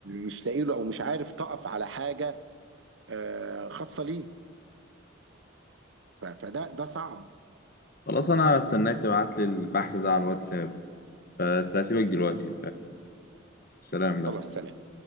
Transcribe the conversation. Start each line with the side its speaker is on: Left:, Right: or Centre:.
Right: مش لاقي له او مش عارف تقف على حاجه آه، خاصه ليه ف- فده ده صعب
Left: خلاص انا استناك تبعت لي البحث ده على الواتساب فسأسيبك دلوقتي فسلام بقى
Right: خلاص سلام